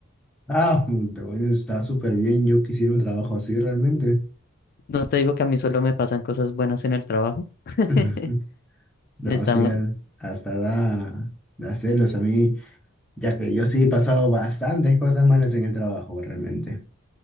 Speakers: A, in the centre; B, on the left.
A: Ah, puta, bueno, está súper bien. Yo quisiera un trabajo así realmente.
B: No te digo que a mí solo me pasan cosas buenas en el trabajo. <laughs>
A: <laughs> No,
B: Estamos,
A: sí, a- hasta da, da celos a mí, ya que yo sí he pasado bastantes cosas malas en el trabajo realmente.